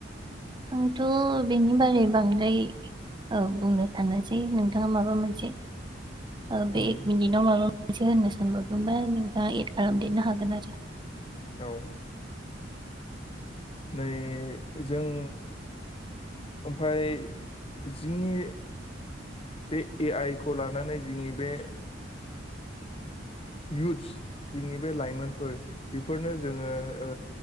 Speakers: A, on the right (about 25°); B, on the left (about 30°).
A: आंथ' बेनि बारै बांद्राय औ बुंनो साननोसै नोंथाङा माबा मोनसे ओ
B: उम,
A: बे एक मिनिटाव माबा मोनसे होननो सानबावदोंबा नोंथाङा एद खालामदेरनो हागोन आरो
B: औ नै जों ओमफाय जिंनि बे ए आइ खौ लानानै जिंनि ओ बे इउथस जोंनि बे लाइमोनफोर बेफोरनो जोङो ओ